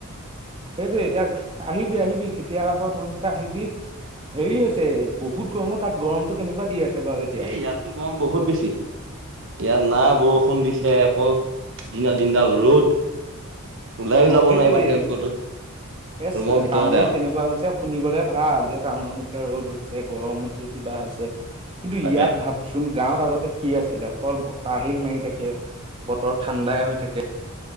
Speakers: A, on the right; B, on the right.
A: সেইটোয়ে এতিয়া আহিবি আহিবি কেতিয়া আহ তহ আহিবি। হেৰি হৈছে বহুত গৰমত তাত গৰমতটো কেনেকুৱা দি আছে। বাৰু এতিয়া
B: এই ইয়াতো গৰম বহুত বেছি ইয়াত না বৰষুণ দিছে। অকল দিনা দিনডাল ৰ'দ। ওলাইও
A: অ'
B: যাব
A: সেইটোৱেই।
B: নোৱাৰি বাহিৰত ক'তো
A: এ
B: ৰুমৰ ভিতৰতে
A: টাউনত
B: আৰু
A: তেনেকুৱা হৈছে শুনিবলে ভাল যে টাউনত এনেকে ৰ'দ হৈছে। গৰম হৈছে কিবা হৈছে কিন্তু
B: তাকে
A: ইয়াত ভাবচোন গাঁৱত আগতে কি আছিলে অকল বতাহেই মাৰি থাকে বতৰ ঠাণ্ডাই হৈ থাকে।